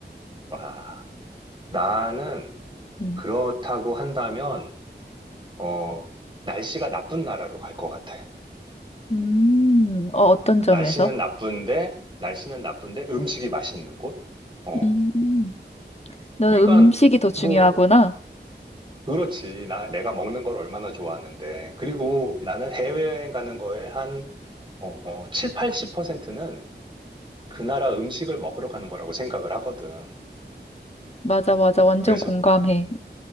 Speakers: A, on the right (about 25°); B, on the left (about 35°).
A: 와, 나는
B: 음,
A: 그렇다고 한다면, 어, 날씨가 나쁜 나라로 갈 것 같아.
B: 음, 어, 어떤 점에서?
A: 날씨는 나쁜데, 날씨는 나쁜데 음식이 맛있는 곳? 어,
B: 음, 너는
A: 그러니까
B: 음식이 더 중요하구나.
A: 뭐, 그렇지. 나, 내가 먹는 걸 얼마나 좋아하는데. 그리고 나는 해외여행 가는 거에 한 어, 7, 80%는 그 나라 음식을 먹으러 가는 거라고 생각을 하거든.
B: 맞아, 맞아. 완전
A: 그래서,
B: 공감해.